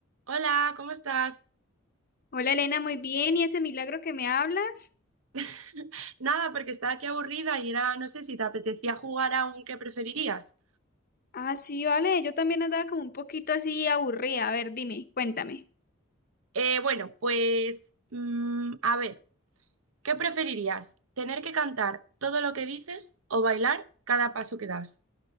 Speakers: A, on the right; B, on the left.
A: Hola, ¿cómo estás?
B: Hola Elena, muy bien. ¿Y ese milagro que me hablas?
A: <laughs> Nada, porque estaba aquí aburrida y era, no sé si te apetecía jugar a un qué preferirías.
B: Ah, sí, vale. Yo también andaba como un poquito así aburrida. A ver, dime, cuéntame.
A: Eh, bueno, pues mm, a ver, ¿qué preferirías? ¿Tener que cantar todo lo que dices o bailar cada paso que das?